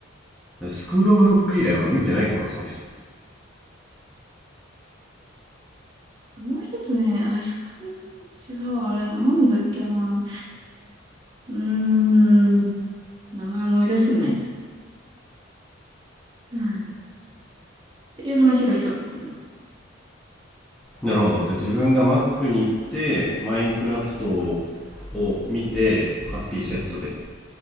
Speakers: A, in the centre; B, on the right.
A: スクール・オブ・ロック以来俺見てないかもな、その人。
B: もう一つね、アイスクリーム、違う、あれ、なんだっけな。うーん、名前思い出せない。うんっていう話がしたかったんだ。
A: なるほど。じゃあ自分が Mac に行って、マインクラフトを見て、ハッピーセットで。